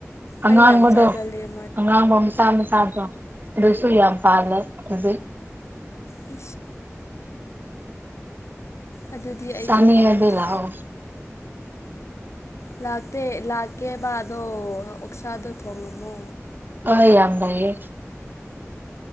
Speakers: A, on the right; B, on the left.
A: ꯑꯉꯥꯡꯕꯗꯣ
B: ꯑꯩꯔꯤ ꯌꯥꯝ ꯆꯒ ꯂꯩ
A: ꯑꯉꯥꯡꯕ ꯃꯁꯥ ꯃꯁꯥꯗꯣ ꯑꯗꯨꯁꯨ ꯌꯥꯝ ꯄꯥꯜꯂꯦ ꯍꯧꯖꯤꯛ
B: ꯄ ꯑꯗꯨꯗꯤ ꯑꯩꯗꯤ
A: ꯆꯥꯅꯤꯡꯉꯗꯤ
B: ꯄꯥꯝꯗꯦ
A: ꯂꯥꯛꯑꯣ
B: ꯂꯥꯛꯇꯦ ꯂꯥꯛꯀꯦꯕꯕꯥꯗꯣ ꯑꯣꯛꯁꯥꯗꯣ ꯊꯣꯡꯉꯝꯃꯣ
A: ꯑ ꯌꯥꯝ ꯂꯩꯌꯦ